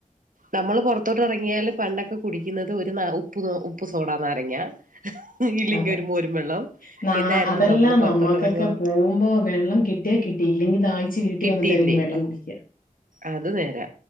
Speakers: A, on the right; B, on the left.
A: നമ്മള് പുറത്തോട്ട് ഇറങ്ങിയാല് പണ്ടൊക്കെ കുടിക്കുന്നത് ഒരു ന ഉപ്പു ഉപ്പു സോഡാ നാരങ്ങ ഇല്ലെങ്കി
B: അതെ
A: ഒരു മോരും വെള്ളം
B: ന
A: ഇതായിരുന്നു
B: അതെല്ലാം
A: നമ്മള് പുറത്തോട്ട്
B: നമ്മുക്കൊക്കെ
A: ഇറങ്ങുവ
B: പോകുമ്പോ വെള്ളം കിട്ടിയ കിട്ടി ഇല്ലെങ്കിൽ ദാഹിച്ച് ച്ച് വീട്ടി
A: കിട്ടിയില്ലേ
B: വന്നിട്ടായിരിക്കും
A: ഇല്ല
B: വെള്ളം കുടിക്ക
A: അത് നേരാ